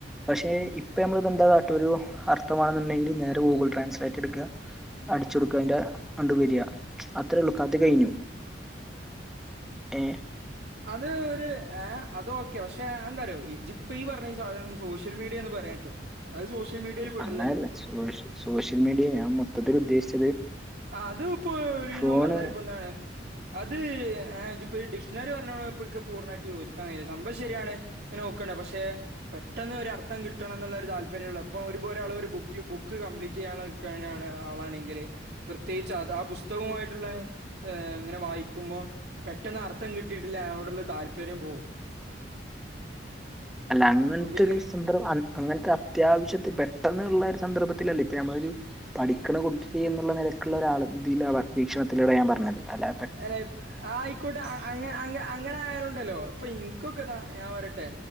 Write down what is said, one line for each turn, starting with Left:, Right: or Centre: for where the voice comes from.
Centre: പശേ ഇപ്പൊ ഞമ്മള് ഇത് എന്താട്ടൊരു അർത്ഥം വേണോന്ന് ഇണ്ടെങ്കി നേരെ ഗൂഗിൾ ട്രാൻസ്ലേറ്റ് എട്ക്ക്യാ അടിച്ചു കൊടുക്ക അതിൻ്റെ അണ്ട് വെര അത്ര ഉള്ളു കഥ കഴിഞ്ഞു ഏ
Right: അത് ഒരു ഏ അത് ഓക്കെ പക്ഷെ അതെന്താ അറിയോ ഇജിപ്പവ ഈ പറഞ്ഞ ഈ സാധനം സോഷ്യൽ മീഡിയ എന്ന് പറയാ പറ്റോ അത് സോഷ്യൽ മീഡിയയിൽ പെടില്ലല്ലോ
Centre: അങ്ങനെയല്ല സോഷ്യ സോഷ്യൽ മീഡിയ ഞാൻ മൊത്തത്തിൽ ഉദ്ദേശിച്ചു
Right: ആ അത് ഇപ്പൊ ഒരു
Centre: ഫോണ്
Right: വിധം പറഞ്ഞതിരി ഇപ്പൊ എന്താണ് അത് ഹെ ഇജിപ്പോ ഈ ഡിക്ഷണറി പറഞ്ഞോ ഇപ്പക്ക് പൂർണായിട്ട് യോജിക്കാൻ കഴിയൂല സംഭവം ശരിയാണ് ങ്ങനെ നോക്കണ്ട് പക്ഷെ പെട്ടെന്ന് ഒരു അർത്ഥം കിട്ടണം എന്നുള്ള ഒരു താല്പര്യം ഉള്ള ഇപ്പൊ ഒരു ഇപ്പോ ഒരു ആള് ഒരു ബുക്കില് ബുക്ക് കംപ്ലീറ്റ് ചെയ്യാനിള്ളെ ക്കെ ക്കെ ആളാണെങ്കിൽ പ്രത്യേകിച്ച് അത് ആ പുസ്തകവുമായിട്ടുള്ള ഏ ഇങ്ങനെ വായിക്കുമ്പോം പെട്ടെന്ന് അർത്ഥം കിട്ടിയിട്ടില്ല അതിനോടുള്ള താല്പര്യം പോവും
Centre: അല്ല അങ്ങനത്തൊരു
Right: അപ്പൊ പിന്നെ
Centre: സം അങ്ങനത്തെ അത്യാവശ്യത്തിൽ പെട്ടന്നുള്ള ഒരു സന്ദർഭത്തിലല്ലേ ഇപ്പൊ നമ്മളൊരു പഠിക്കണ കുട്ടി എന്നുള്ള നിലക്കുള്ള ഒരാൾ ഇതിലാ വീക്ഷണത്തിലൂടെ ഞാൻ പറഞ്ഞത് അല്ലാ
Right: അല്ലെ ആ ആയിക്കോട്ടെ അ അങ്ങ അങ്ങ അങ്ങനെ ആയാലും ഉണ്ടല്ലോ ഇപ്പൊ ഇനികൊക്കെ ഇതാ ഞാൻ പറയട്ടെ